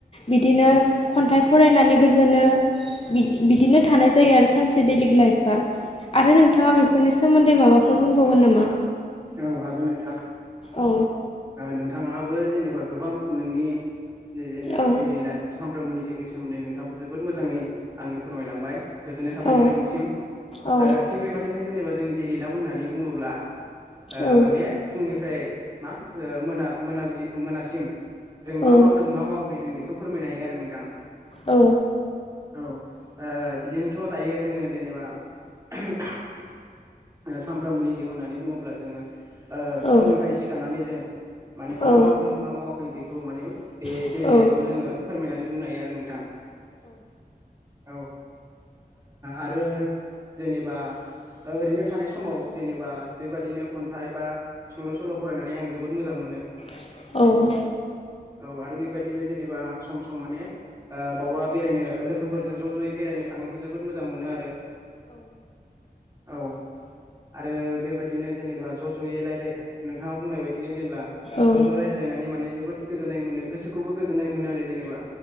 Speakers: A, on the left; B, on the right.
A: बिदिनो
B: औ
A: खन्थाइ फरायनानै गोजोनो। बि-बिदिनो थानाय जायो आरो सानसे दैलिक लाइफआ आरो नोंथाङा बेफोरनि सोमोन्दै माबा फोर बुंबावगोन नामा?
B: औ हागोन नोंथां।
A: औ
B: ओ नोंथाङाबो जेनेबा गोबाम नोंनि जेनेबा
A: औ
B: दैलि लाइफ सामफ्रोमबोनि जिउनि सोमोन्दै नोंथाङाबो जोबोद मोजाङै आंनो फोरमायलांबाय गोजोननाय थाबाय
A: औ
B: नोंथांनिसिम
A: औ
B: ओ थि बेबादिनो जेनेबा जोंनि देलि लाब होननानै बुङोब्ला ओ
A: औ
B: माने फुंनिफ्राय मा ओ मोना मोनाबिलि मोनासिम जों मा
A: औ
B: मावदों मा मावाखै जों बेखौ फोरमायनो हायो आरो नोंथां।
A: औ
B: औ ओ बिदिनोथ' दायो जोङो जेनेबा <unintelligible> ओ सामफ्रामबोनि जिउ होननानै बुङोब्ला जोङो ओ
A: औ
B: फुंनिफ्राय सिखारनानै जों माने मा
A: औ
B: मावदों मा मावाखै बेखौ माने बे
A: औ
B: देलि लाइफबाबो जोङो फोरमायनानै बुंनो हायो आरो नोंथां। <inaudible> औ ओ आरो जेनेबा ओ ओरैनो थानाय समाव जेनेबा बेबादिनो खन्थाइ बा सुंद' सल' फरायनानै आं जोबोद मोजां मोनो।
A: औ
B: औ आरबि बादिनो जेनेबा सम सम माने ओ बावबा बेरायनो लोगोजों ज' ज' बेरायनो थांनोबो जोबो मो जां मोनो आरो औ आरो बेबायदिनो जेनेबा ज'-ज'यै लायराय नोंथाङा बुंनाय बायदिनो जेनब्ला
A: औ
B: ज' ज' रायज्लायनानै माने जोबोद गोजोन्नाय मोनो गोसोखौबो गोजोननाय मोनो आरो जेनेबा